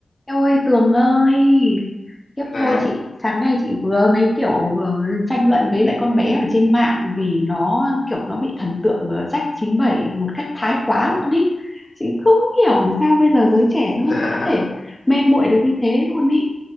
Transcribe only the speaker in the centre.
Eo ơi Tường ơi Tiếp
thôi chị Sáng nay chị vừa mấy kiểu vừa tranh luận với lại con bé ở trên mạng Vì nó kiểu nó bị thần tượng ờ, rách chín bảy một cách thái quá luôn ý Chị không hiểu sao bây giờ giới trẻ
nó có
thể mê muội được như thế luôn ý